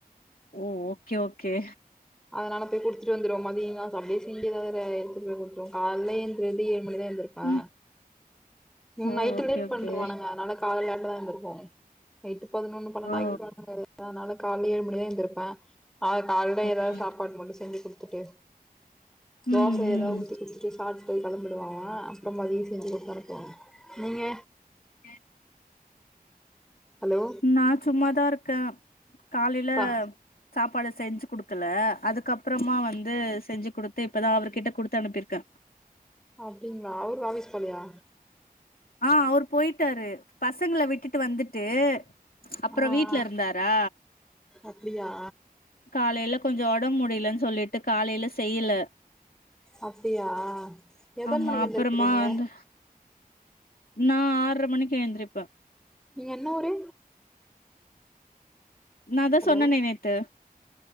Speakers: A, on the left; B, in the centre.
A: ஓ ஓக்கே ஓக்கே
B: அதனால போய் குடுத்துட்டு வந்துருவோ மதிய <unintelligible> அப்டியே <unintelligible> அத எடுத்துட்டு போய் குடுத்துருவோ கால்ல எந் ந்து ஏழு மணிதா எந்திருப்பா
A: ம் ஓ
B: நைட்டு
A: ஓகே
B: லேட்
A: ஓகே
B: பண்றுவானுக அதனால காலேலயாட்டுதா எந்திரிப்போ நைட்டு பதினொன்னு பன்னென்டாயிறு
A: ஓ
B: <inaudible> அதனால கால்ல ஏழு மணிதா எந்திரிப்பே <unintelligible> கால்லே
A: ஓகே
B: ஏதாவது சாப்பாடு மட்டு செஞ்சு குடுத்துட்டு தோச
A: ம்
B: ஏதாவது
A: ம்
B: ஊத்தி குடுத்துட்டு சாப்பிட்டு பைய கெளம்பிடுவா அப்பறோ மதிய செஞ்சு குடுத்து அனுப்புவே நீங்க
A: நீங்க
B: ஹலோ
A: நா சும்மாதா இருக்கே காலேல
B: பா
A: சாப்பாடு செஞ்சு குடுக்கல அதுக்கப்புறமா வந்து செஞ்சு குடுத்து இப்பதா அவரு கிட்ட குடுத்து அனுப்பிருக்கே
B: அப்டிங்களா அவரு ஆபீஸ் போலியா
A: ஆ அவுரு போயிட்டாரு பசங்கள விட்டுட்டு வந்துட்டு அப்பறோ
B: ஆ ஆ
A: வீட்ல இருந்தாரா
B: அப்டியா
A: காலேல கொஞ்ச ஒடம் முடிலன் சொல்லிட்டு காலைல செய்யில
B: அப்டியா எத்தன்
A: ஆமா
B: மணிக்கு
A: அப்புறமா
B: எந்திரிப்பிங்க
A: வந்து நா ஆர்ற மணிக்கு எந்திரிப்ப
B: நீங்க என்ன ஊரு
A: நா தா
B: ஹலோ
A: சொன்னனே நேத்து